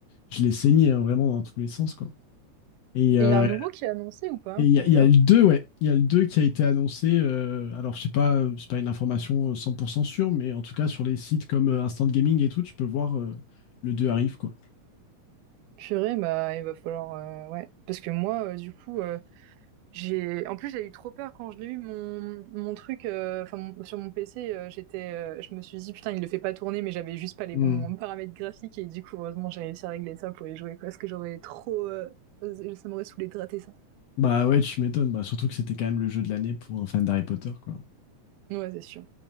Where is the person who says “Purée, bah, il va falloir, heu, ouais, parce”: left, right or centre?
Right